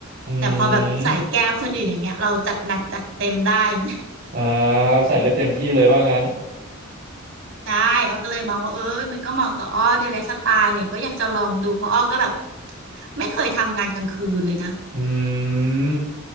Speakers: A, on the right; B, on the right.
A: อื
B: แต่พอแบบใส่แก้วคนอื่นอย่างเงี้ยเราจัดหนักจัดเต็มได้
A: ม
B: <laughs>
A: อ่าเราใส่ได้เต็มที่เลยว่างั้น
B: ใช่อ้อก็เลยมองว่าเออมันก็เหมาะกับอ้อด้วยไลฟ์สไตล์อะไรอย่างเงี้ยก็อยากจะลองดูเพราะอ้อก็แบบไม่เคยทำงานกลางคืนเลยนะ
A: อืม